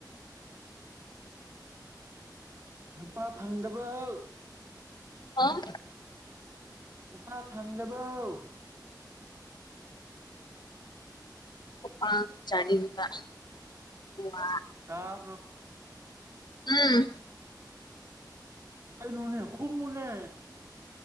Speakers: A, on the right; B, on the left.
A: ꯅꯨꯄꯥ ꯐꯪꯗꯕꯥꯎ
B: ꯑꯥ
A: ꯅꯨꯄꯥ ꯐꯪꯗꯕꯧ
B: ꯈꯨꯄꯥꯥꯛ ꯆꯥꯅꯤꯡꯕ ꯋꯥ
A: ꯇꯥꯕ꯭ꯔꯣ
B: ꯑꯥ
A: ꯀꯥꯏꯅꯣꯅꯦ ꯈꯨꯝꯃꯨꯅꯦ